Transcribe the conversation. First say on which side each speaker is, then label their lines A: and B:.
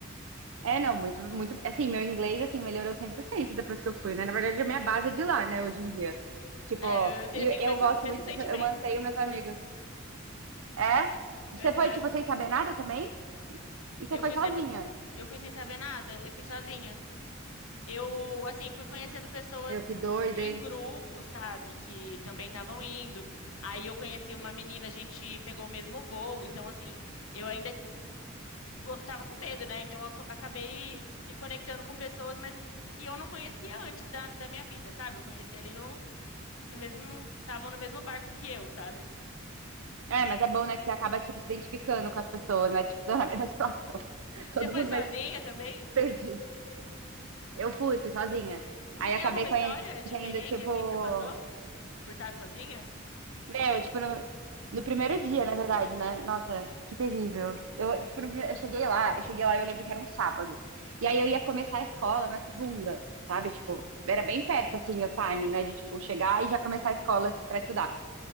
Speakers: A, on the right (about 75°); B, on the left (about 90°).
A: É, não, muito, muito... Assim, meu inglês, assim, melhorou 100% depois que eu fui, né? Na verdade, a minha base é de lá, né, hoje em dia. Tipo,
B: É, eu te-
A: e
B: eu tenho
A: eu,
B: o mesmo,
A: eu gosto
B: mesmo
A: muito
B: sentimento.
A: de... fa- Eu mantenho
B: <laughs>
A: meus amigos. É? Você
B: Aham.
A: foi, tipo, sem saber nada também? E e você
B: Eu
A: foi
B: fui
A: sozinha?
B: sempre, eu fui sem saber nada, eu fui sozinha. Eu, assim, fui conhecendo pessoas
A: Meu, que doida,
B: em
A: hein?
B: grupo, sabe, que também estavam indo. Aí eu conheci uma menina, a gente pegou o mesmo voo, então assim, eu ainda eu tava com medo, né? Então eu ac- acabei me conectando com pessoas, mas que eu não conhecia antes da, da minha vida, sabe? Eu conheci ali no, no mesmo, estavam no mesmo barco que eu, sabe?
A: É, mas é bom, né, que você acaba, tipo, se identificando com as pessoas, né? Tipo, <laughs> tô na mesma situação. <laughs> Todo
B: Você foi
A: mundo
B: sozinha
A: meio <laughs>
B: também?
A: perdido. Eu fui, fui sozinha.
B: E
A: Aí
B: você tem
A: eu acabei
B: alguma história
A: conhecendo,
B: de perrengue
A: tipo...
B: assim que você passou por estar sozinha?
A: Meu, tipo, no, no primeiro dia, na verdade, né? Nossa, que terrível. Eu, tipo, no prime- eu cheguei lá, eu cheguei lá e eu lembro que era um sábado. E aí eu ia começar a escola na segunda, sabe? Tipo, era bem perto, assim, o timing, né? De, tipo, chegar e já começar a escola pra estudar.